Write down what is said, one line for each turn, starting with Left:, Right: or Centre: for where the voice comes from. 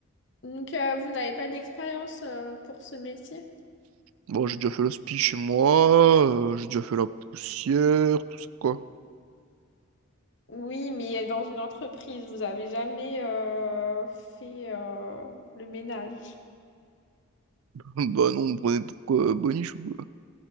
Left: Donc, euh, vous n'avez pas d'expérience euh, pour ce métier?
Right: Bon, j'ai déjà fait la spie chez moi, euh, j'ai déjà fait la poussière, tout ça, quoi.
Left: Oui, mais dans une entreprise, vous avez jamais euh, fait euh, le ménage.
Right: Bah non, on me prenait pour quoi, boniche ou quoi?